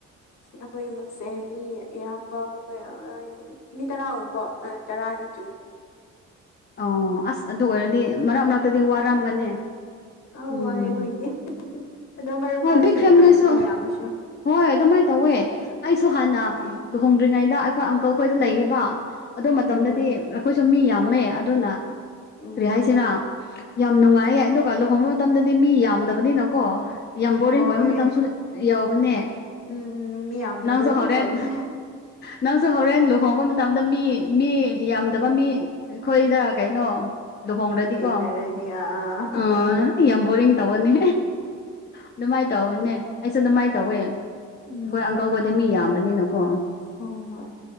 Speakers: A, on the left; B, on the left.
A: ꯑꯈꯣꯏ ꯏꯃꯨꯡꯁꯦ ꯃꯤ ꯑꯌꯥꯝꯕ <unintelligible> ꯃꯤ ꯇꯔꯥꯒꯨꯝꯕ ꯇꯔꯥꯅꯤ ꯆꯨꯝꯃꯤ
B: ꯑꯣ ꯑꯁ ꯑꯗꯨ ꯑꯣꯏꯔꯗꯤ ꯃꯔꯛ ꯃꯔꯛꯇꯗꯤ ꯋꯥꯔꯝꯒꯅꯤ
A: ꯑꯧ
B: ꯎꯝ
A: ꯋꯥꯏ ꯑꯈꯣꯏꯗꯤ ꯑꯗꯣ ꯃꯔꯝ
B: ꯍꯣꯏ
A: ꯈꯔꯗꯤ
B: ꯕꯤꯛ
A: ꯅꯨꯡꯉꯥꯏ
B: ꯐꯦꯃꯤꯂꯤꯁꯨ
A: ꯃꯤ ꯌꯥꯝꯕꯁꯨ
B: ꯍꯣꯏ ꯑꯗꯨꯃꯥꯏ ꯇꯧꯋꯦ ꯑꯩꯁꯨ ꯍꯥꯟꯅ
A: ꯎꯝ
B: ꯂꯨꯍꯣꯡꯗ꯭ꯔꯤꯉꯩꯗ ꯑꯩꯈꯣꯏ ꯑꯪꯀꯜ ꯈꯣꯏꯗ ꯂꯩꯌꯦꯕ ꯑꯗꯨ ꯃꯇꯝꯗꯗꯤ
A: ꯎꯝ
B: ꯑꯩꯈꯣꯏꯁꯨ ꯃꯤ ꯌꯥꯝꯃꯦ ꯗꯨꯅ
A: ꯎꯝ
B: ꯀꯔꯤ ꯍꯥꯏꯁꯤꯔ ꯌꯥꯝ ꯅꯨꯡꯉꯥꯏꯌꯦ ꯑꯗꯨꯒ ꯂꯨꯍꯣꯡꯕ ꯃꯇꯝꯗꯗꯤ ꯃꯤ ꯌꯥꯝꯗꯕꯅꯤꯅꯀꯣ ꯌꯥꯝ ꯕꯣꯔꯤꯡ
A: ꯍꯣꯏ
B: ꯑꯣꯏꯕ ꯃꯇꯝꯁꯨ ꯌꯥꯎꯕꯅꯦ
A: ꯎꯝ ꯎꯝ ꯃꯤꯌꯥꯝꯗꯕꯗꯣ
B: ꯅꯪꯁꯨ
A: ꯑꯗꯨꯝ
B: ꯍꯣꯔꯦꯟ
A: ꯇꯧꯅꯤ
B: ꯅꯪꯁꯨ ꯍꯧꯔꯦꯟ ꯂꯨꯍꯣꯡꯕ ꯃꯇꯝꯗ ꯃꯤ ꯃꯤ ꯌꯥꯝꯗꯕ ꯃꯤ ꯈꯣꯏꯗ ꯀꯩꯅꯣ ꯂꯨꯍꯣꯡꯔꯗꯤꯀꯣ
A: ꯊꯦꯡꯅꯔꯗꯤ ꯑꯥ
B: ꯑꯥ ꯌꯥꯝ ꯕꯣꯔꯤꯡ ꯇꯧꯕꯅꯤ ꯑꯗꯨꯃꯥꯏ ꯇꯧꯕꯅꯦ ꯑꯩꯁꯨ ꯑꯗꯨꯃꯥꯏ ꯇꯧꯋꯦ
A: ꯎꯝ
B: ꯍꯣꯏ ꯑꯪꯀꯜ ꯍꯣꯏꯗꯤ ꯃꯤ ꯌꯥꯝꯕꯅꯤꯅꯀꯣ
A: ꯍꯣ ꯍꯣ ꯍꯣꯏ